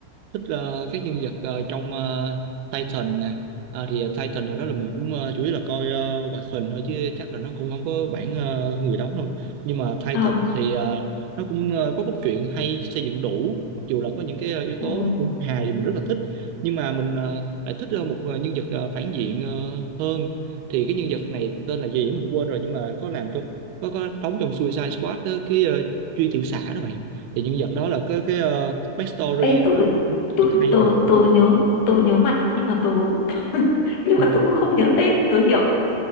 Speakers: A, on the right; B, on the left.
A: thích ờ, các nhân vật ờ, trong ờ, Titan nè à, thì ờ, Titan hồi đó là mình cũng ờ, chủ yếu là coi ờ, hoạt hình thôi chứ chắc là nó cũng không có bản ờ, người đóng đâu nhưng mà Titan
B: ờ
A: thì ờ, nó cũng ờ, có cốt truyện hay xây dựng đủ mặc dù là có những cái ờ, yếu
B: ồ
A: tố nó cũng hài thì mình rất là thích nhưng mà mình ờ, lại thích ờ, một ờ, nhân vật ờ, phản diện ờ, hơn thì cái nhân vật này tên là gì á mình quên rồi nhưng mà có làm trong có có đóng trong Suicide Squad đó cái ờ, Truy Thiện Xã đó bạn thì nhân vật đó là có cái ờ, backstory
B: ê tôi
A: nó cũng
B: tôi
A: cực hay
B: tôi
A: nè
B: tôi nhớ tôi nhớ mặt nhưng mà tôi <laughs> nhưng
A: ừ.
B: mà tôi cũng không nhớ tên tôi hiểu